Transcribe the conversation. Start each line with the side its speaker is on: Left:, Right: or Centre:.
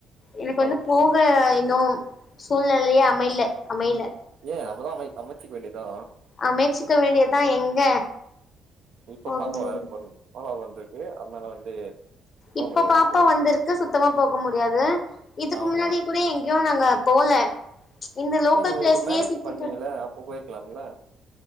Left: எனக்கு வந்து
Right: ஓகே
Left: போக இன்னு சூழ்நெலியே அமைல அமைல
Right: ஏ அம்மதா போய் அமச்சிக் வேண்டி தா
Left: அமைச்சுக்க வேண்டியதா எங்க
Right: இப்ப
Left: போக
Right: பாப்பா
Left: முடியு
Right: வேற பொறந்துக் பாப்பா பந்து எ அதனால வந்து போ
Left: இப்ப
Right: முடியாது
Left: பாப்பா
Right: இப்போதைக்கு
Left: வந்துருக்கு சுத்தமா போக முடியாது இதுக்கு
Right: ஆமா
Left: முன்னாடி கூடி எங்யு நாங்க போல இந்த லோக்கல்
Right: ஏ நீங்க
Left: ப்ளேஸ்லயே
Right: இப்ப மேரேஜ்
Left: சுத்திட்டு
Right: பண்ணீங்கல்ல அப்போ போயிருக்கலாம்ல